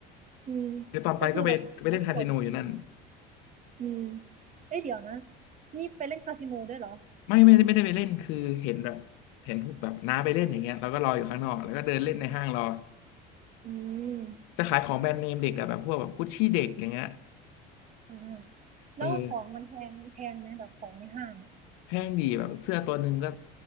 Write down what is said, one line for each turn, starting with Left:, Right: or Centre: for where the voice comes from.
Right: อืม
Left: คือตอนไปก็ไปก็ไปเล่นคาสิโนอยู่นั่น
Right: ก็คือแบบครบจบอืมเอ้ยเดี๋ยวนะนี่ไปเล่นคาสิโนด้วยเหรอ
Left: ไม่ไม่ไม่ได้ไปเล่นคือเห็นแบบเห็นพวกแบบน้าไปเล่นอย่างเงี้ยเราก็รออยู่ข้างนอกแล้วก็เดินเล่นในห้างรอ
Right: อืม
Left: จะขายของแบรนด์เนมเด็กอะแบบพวกแบบกุชชี่เด็กอย่างเงี้ย
Right: อ่าแล้วของมันแพงแพงไหมแบบของในห้างอ่ะ
Left: เออแพงดีแบบเสื้อตัวหนึ่งก็